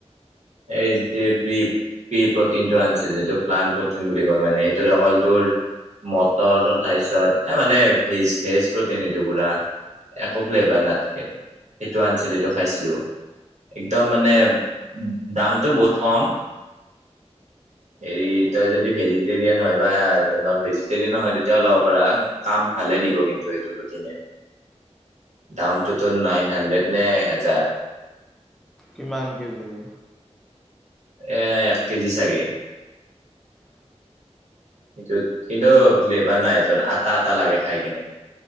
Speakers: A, on the right; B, in the centre.
A: এই যে প্ৰি প্ৰি প্ৰটিনটো আনিছিল যিটো প্লান প্ৰটিন বুলি কয় মানে, সেইটোৰ অকল তোৰ মটৰ তাৰপিছত এ মানে ভেজ-ভেজ প্ৰটিন এইটো পুৰা। একো ফ্লেভাৰ নাথকে, সেইটো আনিছিল খাইছিলো। একদম মানে দামটো বহুত কম। হেৰি তই যদি ভেজিটেৰিয়ান হয় বা নন ভেজিটেৰিয়ানো হয় তেতিয়া ল'ব পাৰা কাম ভালে। দিব কিন্তু এইটো প্ৰ'টিনে। দামটোতো তোৰ নাইন হানড্ৰেড নে এক হাজাৰ।
B: কিমান কেজিৰে?
A: এ-এক কেজি চাগে।
B: <inaudible>
A: সেটোত কিন্তু ফ্লেবাৰ নাই তোৰ, আটা আটা লাগে খাই কিনে।